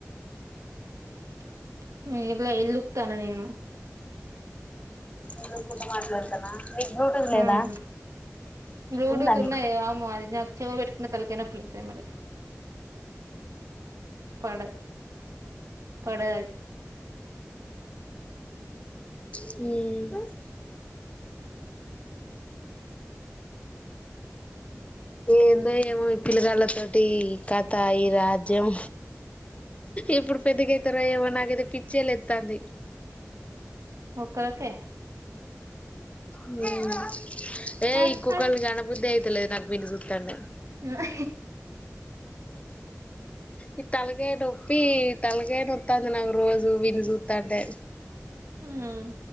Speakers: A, on the right (about 70°); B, on the left (about 25°).
A: <unintelligible> ఏం లేదు ఇల్లు ఊకుతాన్న నేను
B: ఇల్లు ఊకుతుంట మాట్లాడతానా నీకు బ్లూటూత్ లేదా
A: ఉమ్ బ్లూటూత్
B: ఉందా
A: ఉన్నాయి
B: నీకు
A: వామ్మో అది నాకు చెవిలో పెట్టుకున్న తలకై నొప్పి లెత్తది మరి పడ పడా
B: ఉమ్ ఏందో ఏమో ఈ పిల్లగాళ్ళతోటి ఈ కథ ఈ రాజ్యం ఎప్పుడు పెద్దగా అయితరో ఏమో నాకైతే పిచ్చే లేత్తంది
A: ఒకళ్ళకే
B: ఉమ్ ఏ
A: అరే
B: ఇంకొకల్ని
A: అరే
B: కనబుద్ధి అయితలేదు నాకు వీన్ని చూత్తంటే
A: ఉమ్
B: ఈ తలకాయ నొప్పి యీ తలకాయ నో ప్పిత్తాంది నాకు రోజు వీన్ని చూత్తంటే
A: ఉమ్